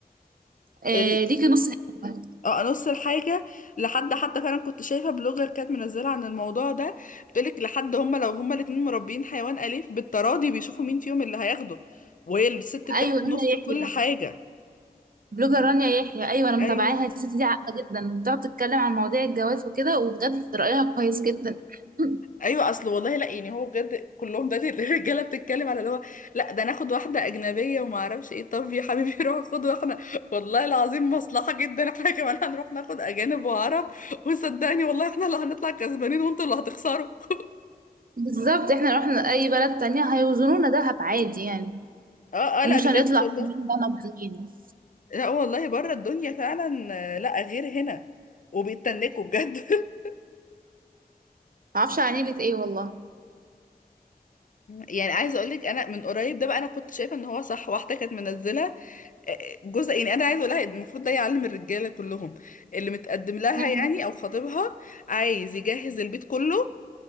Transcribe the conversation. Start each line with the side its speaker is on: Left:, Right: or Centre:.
Right: آه
Left: ال...
Right: ليكي نص الحكاية
Left: اه نص الحاجة لحد حتى فعلا كنت شايفة بلوجر كانت منزلة عن الموضوع ده بتقولك لحد هما لو هما الاتنين مربيين حيوان أليف بالتراضي بيشوفوا مين فيهم اللي هياخده وهي الست بتاخد
Right: ايوه رانيا
Left: نص كل
Right: يحيى
Left: حاجة
Right: بلوجر رانيا يحيى ايوه انا متابعاها
Left: ايوه
Right: الست دي عاقله جدا بتقعد تتكلم عن مواضيع الجواز وكده وبجد رايها كويس جدا <laughs>
Left: ايوه اصل والله لا يعني هو بجد كلهم ده <laughs> الرجاله بتتكلم على اللي هو لا ده ناخد واحده اجنبيه وما اعرفش ايه طب يا حبيبي <laughs> روح خد واحده والله العظيم مصلحه جدا احنا <laughs> كمان هنروح ناخد اجانب وعرب وصدقني والله احنا اللي هنطلع كسبانين وانتوا اللي هتخسروا <laughs>
Right: بالظبط احنا لو رحنا اي بلد تانية هيوزنونا دهب عادي يعني
Left: اه اه لا
Right: ومش
Left: بجد
Right: هنطلع
Left: والله
Right: في بقى ماديين
Left: <laughs> لا والله بره الدنيا فعلا آه، لا غير هنا وبيتنكوا بجد <laughs>
Right: معرفش عن ايه ايه والله
Left: يعني عايزه اقول لك انا من قريب ده بقى انا كنت شايفه ان هو صح واحده كانت منزله جزء يعني انا عايزه اقولها إن المفروض ده يعلم الرجاله كلهم اللي متقدم لها
Right: <laughs>
Left: يعني او خطيبها عايز يجهز البيت كله